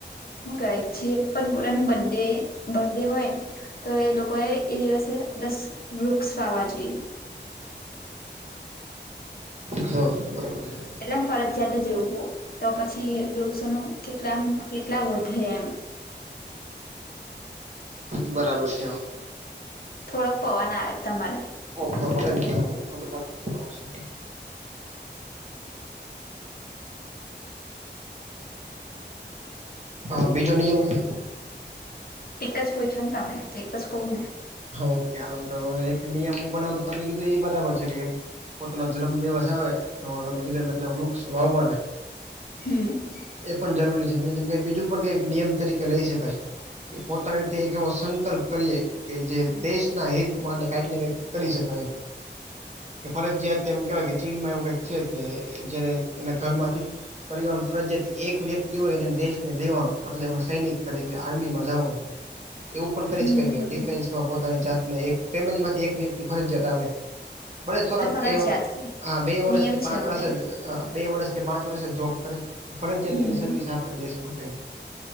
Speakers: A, on the left; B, on the right.
A: શું કહેવાય, જે પણ પૂરાની બર્થડે બર્થડે હોય. તો એ લોકોએ એ દિવસે દસ વૃક્ષ વાવવા જોઈએ,
B: હ બરાબર છે,
A: એટલે એમ ફરજિયાત જેવું તો પછી વૃક્ષોનું કેટલા એમ કેટલા વધે એમ,
B: બરાબર છે, એમ
A: થોડોક પવન આવે છે તમારે,
B: ઓ તો હવે ને મને ખબર લાગતો તો આવશે. હા બીજો નિયમ કે,
A: એક જ પૂછ્યો ને તમે તો એકજ કવને.
B: ઓકે હાલો તો એક નિયમ હું બનાવું તમે કીધું એ બરાબર છે, કે પોતાનો જન્મદિવસ. ના હોય તો તમે કીધું એટલાંમાં વૃક્ષ વાવવાના,
A: હં
B: એ પણ જરૂરી છે, એ જેમ બીજું પણ કંઈક નિયમ તરીકે લઈ શકાય, કે પોતાની રીતે એક એવો સંકલ્પ કરીએ, કે જે દેશના હિત માટે કાંઈક ને કાંઈક કરી શકાય એમ, કે ફરજ તેમ કેહેવાય, કે ચીનમાં એવું કાંઈ છે, કે જયારે એના ઘરમાંથી. પરિવારના ફરજીયાત એક વ્યક્તિ હોય એને દેશને દેવાનું એટલે સૈનિક તરીકે આર્મીમાં જવાનું, <unintelligible> <inaudible> એવું પણ કરી
A: હમ
B: શકાય કે ડિફેન્સમાં પોતાની જાતને એક ફેમિલીમાંથી એક વ્યક્તિ ફરજિયાત આવે. ભલે થોડાક
A: એટલે ફરજિયાત
B: એ
A: છે.
B: હા બે વર્ષ
A: નિયમ
B: કે પાંચ
A: છે હવે
B: વર્ષ જ બે વર્ષ કે પાંચ વર્ષ જોબ કરે ફરજિયાતને
A: હમ
B: સર્વિસ આપે, દેશ માટે